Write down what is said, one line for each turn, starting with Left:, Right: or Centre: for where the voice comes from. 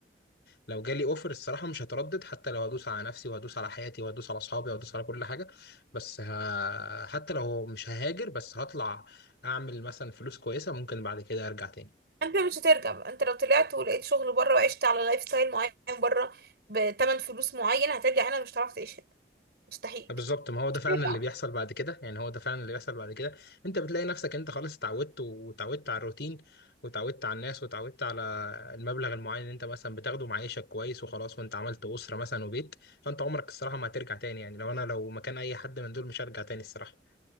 Left: لو جالي اوفر الصراحه مش هتردد حتى لو هدوس على نفسي وهدوس على حياتي وهدوس على اصحابي وهدوس على كل حاجه بس ه... حتى لو مش ههاجر بس هطلع اعمل مثلا فلوس كويسه ممكن بعد كده ارجع تاني
Right: انت مش هترجع بقى. انت لو طلعت ولقيت شغل بره وعشت على لايف ستايل معين بره بتمن فلوس معين هترجع هنا مش هتعرف تعيش هنا مستحيل
Left: آه، بالظبط ما هو ده
Right: مش
Left: فعلا
Right: هترجع
Left: اللي بيحصل بعد كده يعني هو ده فعلا اللي بيحصل بعد كده انت بتلاقي نفسك انت خلاص اتعودت وتعودت على الروتين وتعودت على الناس وتعودت على المبلغ المعين اللي انت مثلا بتاخده معيشك كويس وخلاص وانت عملت اسره مثلا وبيت فانت عمرك الصراحه ما هترجع تاني يعني لو انا لو مكان اي حد من دول مش هرجع تاني الصراحه